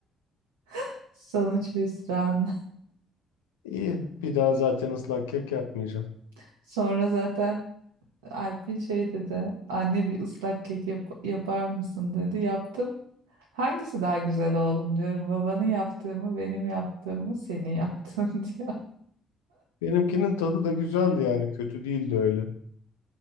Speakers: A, on the right; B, on the left.
A: <laughs> Sonuç hüsran.
B: İyi, bir daha zaten ıslak kek yapmayacağım.
A: <laughs> Sonra zaten Alp'in şey dedi. Anne bir ıslak kek yap yapar mısın dedi. Yaptım. Hangisi daha güzel oğlum diyorum. Babanın yaptığı mı benim yaptığım mı senin yaptığın <laughs> diyor.
B: Benimkinin tadı da güzeldi yani kötü değildi öyle.